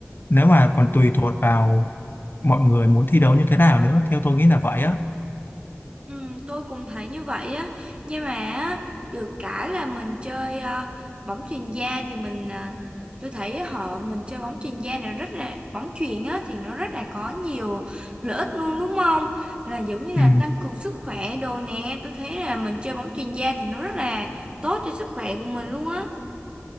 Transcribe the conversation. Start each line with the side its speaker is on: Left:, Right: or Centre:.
Left: nếu mà còn tùy thuộc vào mọi người muốn thi đấu như thế nào nữa theo tôi nghĩ là vậy á
Right: Ừ, tôi cũng thấy như vậy á nhưng mà á, được cái là mình chơi ờ, bóng chuyền da thì mình à, tôi thấy họ mình chơi bóng chuyền da này rất là bóng chuyền á thì nó rất là có nhiều lợi ích luôn đúng không là giống như
Left: ừ.
Right: là tăng cường sức khỏe đồ nè tôi thấy là mình chơi bóng chuyền da thì nó rất là tốt cho sức khỏe của mình luôn á